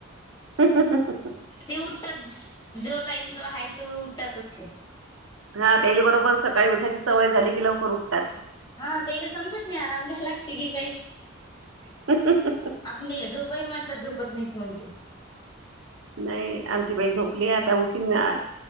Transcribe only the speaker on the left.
ते उठतात जो टाईम तो आहे तो उठतातच ते.
हा तेला समजत नाही आराम घ्यायला लागते की काही.
आपण दिला झोपाही म्हटलं झोपत नाहीत मग ते.